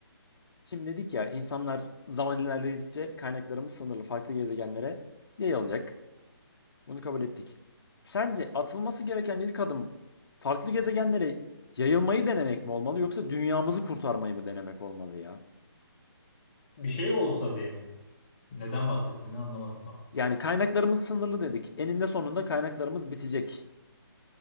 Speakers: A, on the left (about 70°); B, on the left (about 25°).
A: Şimdi dedik ya insanlar zaman ilerledikçe kaynaklarımız sınırlı farklı gezegenlere yayılacak. Bunu kabul ettik. Sence atılması gereken ilk adım farklı gezegenlere yayılmayı denemek mi olmalı yoksa dünyamızı kurtarmayı mı denemek olmalı ya?
B: Bir şey olsa diye mi? Neden bahsettiğini anlamadım tam.
A: Yani kaynaklarımız sınırlı dedik. Eninde sonunda kaynaklarımız bitecek.